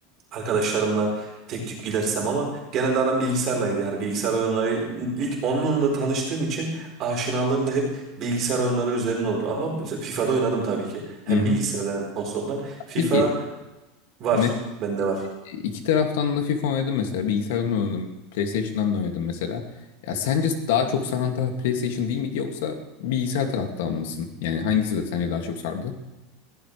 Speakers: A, on the right; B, on the left.
A: arkadaşlarımla tek tük gidersem ama genelde aram bilgisayarlaydı. Yani bilgisayar oyunları ilk onunla tanıştığım için aşinalığım da hep bilgisayar oyunları üzerine oldu. Ama mesela FIFA'da oynadım tabii ki. Hem
B: Hı hı.
A: bilgisayardan hem konsoldan. FIFA
B: Peki
A: var.
B: Me-
A: Bende var.
B: iki taraftan da FIFA oynadım mesela. Bilgisayardan oynadım. PlayStation'dan da oynadım mesela. Ya sence daha çok saran taraf PlayStation değil miydi yoksa bilgisayar taraftan mısın? Yani hangisi de sence daha çok sardı?